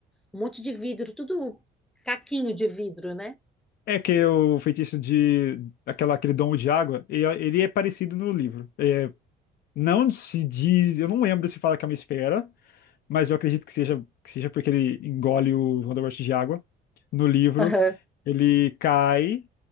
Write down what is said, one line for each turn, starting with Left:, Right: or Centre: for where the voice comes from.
Centre: Um monte de vidro, tudo caquinho de vidro, né?
Left: É que o feitiço de. Aquela, aquele domo de água, e- ele é parecido no livro. É, não se diz. Eu não lembro se fala que é uma esfera, mas eu acredito que seja, que seja porque ele engole o Voldemort de água. No livro,
Centre: Aham.
Left: ele cai.